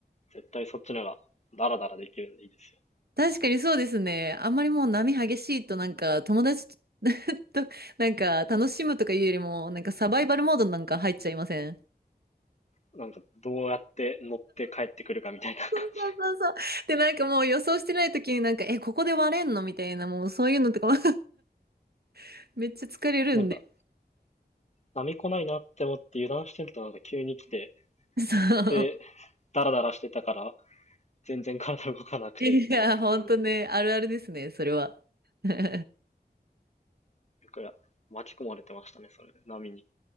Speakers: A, on the left (about 40°); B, on the right (about 70°).
A: 絶対そっちの方がダラダラできるんでいいですよ。
B: 確かにそうですね。あんまりもう波激しいとなんか友達と <laughs> となんか楽しむとかいうよりもなんかサバイバルモードなんか入っちゃいません
A: なんか、どうやって乗って帰ってくるかみたいな感じ。
B: そうそうそうそう。で、なんかもう予想してない時になんか、え、ここで割れんのみたいな、もうそういうのとかも <laughs> めっちゃ疲れるんで。
A: <laughs> なんか、波来ないなって思って油断してるとなんか急に来て、
B: そう。
A: で、ダラダラしてたから、全然体動かなくて、
B: いや、
A: みたいな感じの、
B: ほんとね、
A: だ
B: あるあるですね、それは。<laughs>
A: から、巻き込まれてましたね、それで、波に。